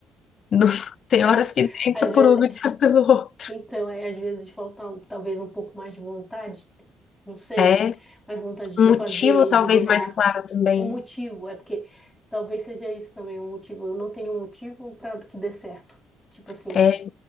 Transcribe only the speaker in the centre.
<laughs>
Às vezes
Então, é, às vezes falta um- talvez um pouco mais de vontade, não sei,
mas vontade de
fazer,
de virar
um motivo. É porque talvez seja isso também um motivo. Eu não tenho um motivo para que dê certo. Tipo assim,